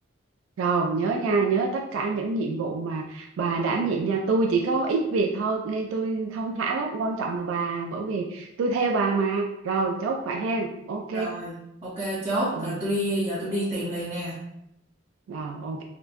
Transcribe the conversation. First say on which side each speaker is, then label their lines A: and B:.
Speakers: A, on the right; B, on the right.
A: rồi nhớ nha nhớ tất cả những nhiệm vụ mà bà đảm nhiệm nha tôi chỉ có ít việc thôi nên tôi thong thả lắm quan trọng là bà bởi vì tôi theo bà mà rồi chốt vậy ha ok
B: Rồi, ok chốt.
A: ừ,
B: Rồi tôi đi, giờ tôi đi tìm liền nè.
A: rồi ok